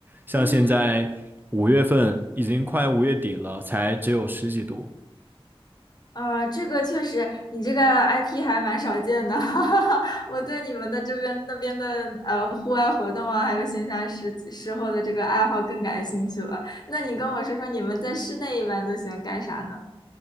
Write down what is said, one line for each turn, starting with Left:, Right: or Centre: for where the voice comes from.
Right: 像现在五月份已经快五月底了，
Left: 嗯，
Right: 才只有十几度，
Left: 呃，这个确实，你这个 IP 还蛮少见的，<laughs> 哈哈哈。我对你们的这边那边的呃户外活动啊，还有闲暇时时候的这个爱好更感兴趣了。那你跟我说说，你们在室内一般都喜欢干啥呢？